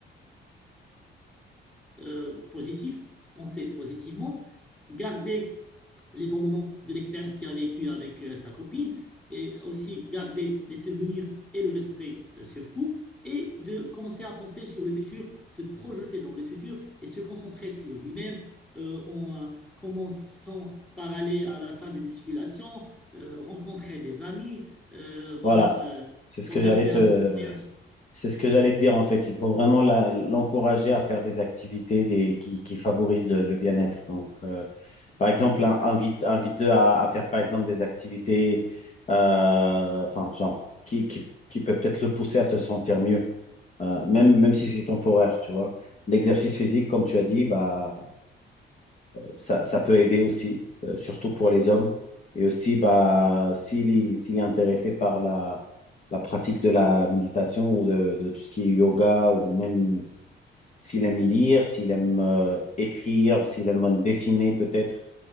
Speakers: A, in the centre; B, on the left (about 35°).
A: euh, positif, penser positivement, garder les bons moments de l'expérience qu'il a vécue avec euh, sa copine, et aussi garder les souvenirs et le respect euh, surtout, et de commencer à penser sur le futur, se projeter dans le futur et se concentrer sur lui-même euh, en euh, commençant par aller à la salle de musculation, euh, rencontrer des amis, euh, voilà,
B: voilà.
A: euh,
B: C'est ce
A: organiser
B: que j'allais te,
A: un petit voyage.
B: C'est ce que j'allais te dire en fait. Il faut vraiment la- l'encourager à faire des activités des, qui, qui favorisent le, le bien-être. Donc, euh, par exemple, in- invite, invite-le à, à faire par exemple des activités, euh, enfin, genre, qui, qui, qui peut peut-être le pousser à se sentir mieux, euh, même, même si c'est temporaire, tu vois. L'exercice physique, comme tu as dit, bah, ça, ça peut aider aussi, euh, surtout pour les hommes. Et aussi, bah, s'il est, s'il est intéressé par la, la pratique de la méditation ou de, de tout ce qui est yoga, ou même s'il aime lire, s'il aime euh, écrire, s'il aime dessiner peut-être,